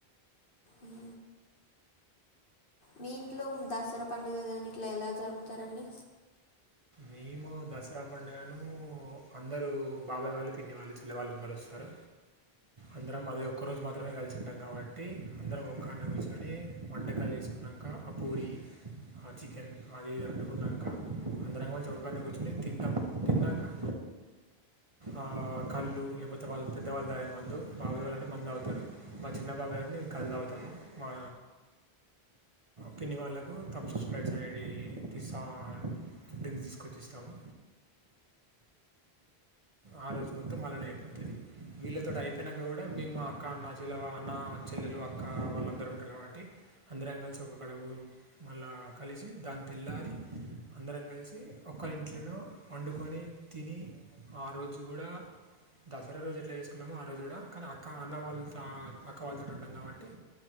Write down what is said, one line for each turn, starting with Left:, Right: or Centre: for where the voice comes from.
Left: ఉ మీ ఇంట్లో దసరా పండుగ కాని ఇట్లా ఎలా జరుపుతారండి
Right: మేము దసరా పండుగను అందరు బాబాయ్ వాళ్ళు పిన్నివాళ్ళు చేల్లెవాళ్ళు అందరు వస్తారు అందరం అదే ఒక్క రోజు మాత్రమే కలిసి ఉంటాం కాబట్టి అందరం ఒక్కన్నే కూర్చుని వంటకాలు చేసుకున్నాంక ఆ పూరి ఆ చికెన్ అది అండుకున్నాక అందరం కలిసి ఒకన్నే కూర్చొని తింటాం తిన్నాక ఆ కళ్ళు లేపోతే వాళ్ళు పెద్దవాళ్ళు తాగే మందు బాబాయ్ వాళ్లంటే మందు తాగుతారు మా చిన్నబాబయ్ ఉన్ను కళ్ తాగుతం మా పిన్ని వాళ్ళకు థమ్ప్స్ స్ప్రైట్స్ అనేటివి తీస్త డ్రింక్స్ తీసుకొచ్చిస్ త్తము ఆ రోజు మొత్తం మళ్ళనే అయిపోతది వీళ్ళతోటైపోయినంక కూడా మేమ్ మా అక్క అన్న చిళ్ళే అన్న చెల్లెలు అక్క వాళ్ళందరూ ఉంటారు కాబట్టి అందరం కలిసి ఒక్కకాడ కు మళ్ళా కలిసి దాన్ తేళ్ల్ళారి అందరం కలిసి ఒకరి ఇంట్లోనే వండుకొని తిని ఆ రోజు కూడా దసరా రోజు ఎట్లా చేసుకున్నామో ఆ రోజు కూడా కానీ అక్క అన్న వాళ్ళతో అక్క వాళ్ళతోటి ఉంటాం కాబట్టి